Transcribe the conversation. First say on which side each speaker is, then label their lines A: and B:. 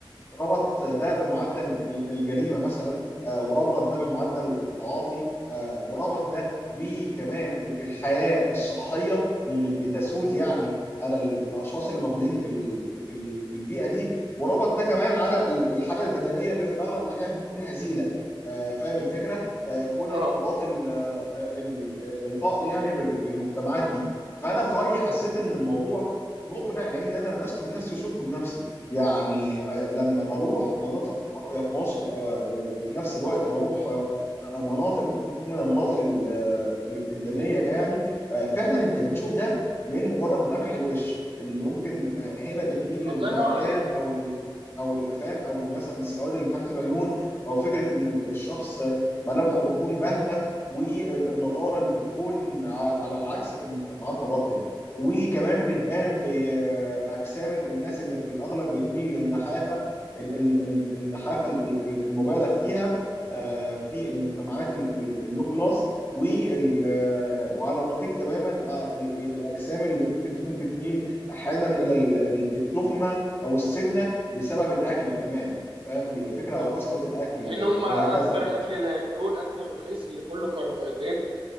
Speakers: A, on the left; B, on the right.
A: وربط ده بمعدل ال- ال- الجريمه مثلا آه، وربط ده بمعدل التعاطي آه، وربط ده بكمان ال- الحياه الصحيه اللي بتسود يعني على ال- الاشخاص اللي موجودين في ال- في ال- في البيئه دي وربط ده كمان على ال- الحاله البدنيه اللي في الاغلب الاحيان بتكون هزيله آه، فاهم الفكره آه، كون
B: اه
A: ارتباط ال- آه، ال- الفقر يعني بال- بالمجتمعات دي فانا في رايي حسيت ان الموضوع مقنع لان انا لمسته بنفسي وشفته بنفسي يعني آه، لما بروح مناطق راقية في مصر آه، و- وفي نفس الوقت بروح آه، آه، مناطق ممكن تكون من المناطق ال- آه، ال- الدنية يعني آه، فعلا انت بتشوف ده من مجرد ملامح الوش اللي ممكن آه، هنا بتميل للغمقان
B: الله ينور عليك
A: او ال- او الافام او مثلا السواد اللي تحت العيون او فكرة ان ال- الشخص ملامحه بتكون باهتة والنضارة اللي بتكون ع- على العكس في المجتمعات الراقية وكمان بتبان في آه، اجسام ال- الناس اللي في الاغلب بتميل للنحافه ال- ال- ال- النحافه ال- ال- المبالغ فيها آه، في المجتمعات ال- ال- اللو كلاس وال- آه، وعلى النقيض تماما آه، ال- ال- الاجسام اللي ممكن تكون بتميل احيانا الى ال- ال- التخمه او السمنه بسبب الاكل كمان فاهم الفكره
B: بالظبط
A: او كثره الاكل
B: لان
A: و-
B: هم
A: وهكذا
B: اكتر الاكل اللي هياكلوه الاكل الرخيص اللي كله كربوهيدرات